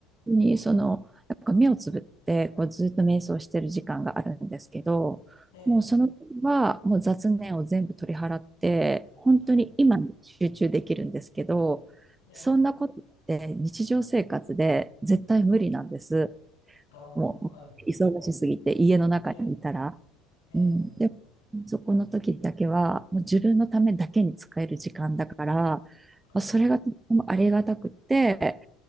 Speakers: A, on the right; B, on the left.
A: にその、なんか目をつぶって、こうずっと瞑想してる時間があるんですけど、
B: ええ、
A: もうその時はもう雑念を全部取り払って、本当に今に集中できるんですけど、
B: はい。ええ、
A: そんなことって日常生活で絶対無理なんです。
B: ああ、
A: もう忙しすぎて家の中にいたら。
B: はい。ええ、ええ、
A: うん、
B: ええ、
A: で、
B: ええ
A: そこの時だけはもう自分のためだけに使える時間だから、ま
B: はい。
A: あそれがとってもありがたくて、